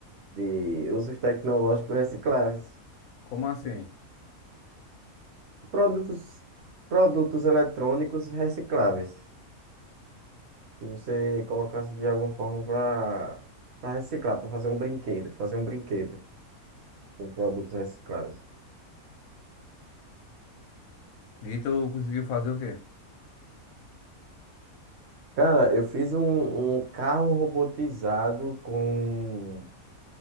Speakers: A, on the right; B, on the left.
A: de usos tecnológicos recicláveis,
B: Como assim?
A: produtos, produtos eletrônicos recicláveis. que você colocasse de alguma forma para para reciclar, para fazer um brinquedo, fazer um brinquedo com produtos recicláveis.
B: E tu conseguiu fazer o quê?
A: Cara, eu fiz um, um carro robotizado com